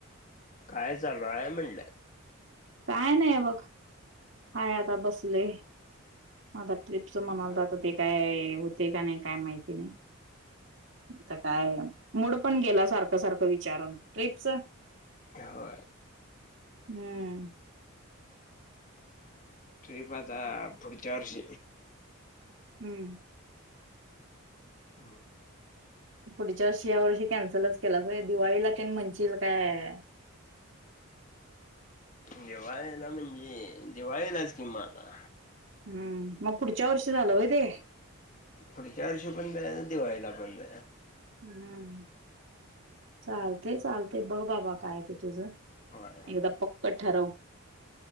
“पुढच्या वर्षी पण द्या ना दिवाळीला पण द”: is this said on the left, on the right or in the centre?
Left